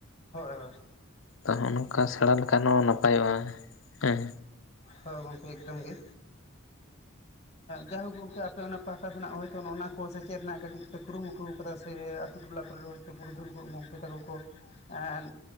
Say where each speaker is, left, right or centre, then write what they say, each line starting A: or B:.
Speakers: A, on the left; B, on the left.
A: ᱦᱳᱭ ᱦᱳᱭ
B: ᱛᱚ ᱦᱚ-ᱱᱚᱝᱠᱟ ᱥᱮᱬᱟ ᱞᱮᱠᱷᱟᱱ ᱦᱚᱸ ᱱᱟᱯᱟᱭᱚᱜᱼᱟ ᱦᱮᱸ
A: ᱦᱳᱭ ᱜᱚᱝᱠᱮ ᱮᱠᱫᱚᱢ ᱜᱮ ᱡᱟᱭᱦᱳᱠ ᱜᱚᱝᱠᱮ ᱟᱯᱮ ᱚᱱᱟ ᱯᱟᱦᱴᱟ ᱫᱚ ᱱᱟᱜ ᱦᱚᱭᱛᱳ ᱱᱚᱜ-ᱱᱟ ᱠᱚ ᱥᱮᱪᱮᱫ ᱨᱮᱱᱟᱜ ᱠᱟᱹᱴᱤᱡ ᱯᱮ ᱠᱩᱨᱩᱢᱩᱴᱩ ᱠᱟᱫᱟ ᱥᱮ ᱟᱛᱩ ᱴᱚᱞᱟ ᱠᱚᱨᱮ ᱦᱚᱭᱛᱳ ᱯᱩᱨᱩᱫᱷᱩᱞ ᱠᱚ ᱜᱚᱢᱠᱮ ᱛᱟᱠᱚ ᱠᱚ ᱮᱸ